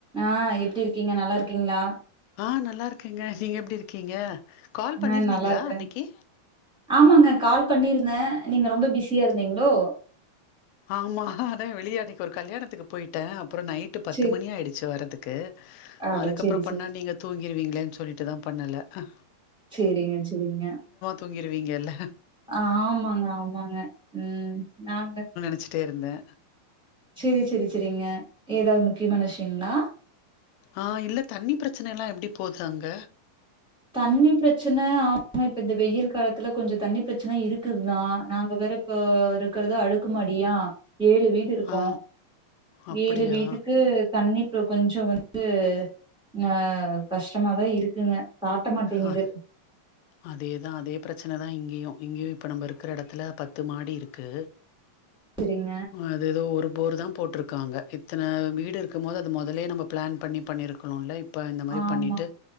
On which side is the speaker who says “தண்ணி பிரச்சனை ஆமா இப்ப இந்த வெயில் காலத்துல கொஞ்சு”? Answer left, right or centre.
Centre